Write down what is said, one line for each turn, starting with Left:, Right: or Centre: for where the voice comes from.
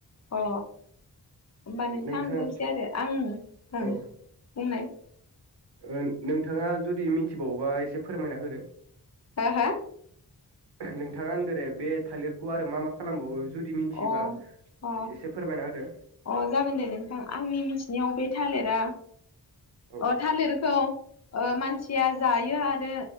Left: अ होमबा नोंथां
Right: नोंथाङा
Left: आं बुंनोसै आरो आं बुंनाय
Right: औ ओ नोंथाङा जुदि मिथिबावोबा एसे फोरमायना होदो
Left: हा हा
Right: नोंथाङा होनदोंरे बे थालिरखौ आरो मा मा खालामबावो जुदि
Left: हो
Right: मिथिबा
Left: अ
Right: एसे फोरमायना होदो
Left: अ जागोन दे नोंथां आंनि मिथिनायाव बे थालिरा
Right: औ
Left: अ थालिर खौ ओ मानसिया जायो आरो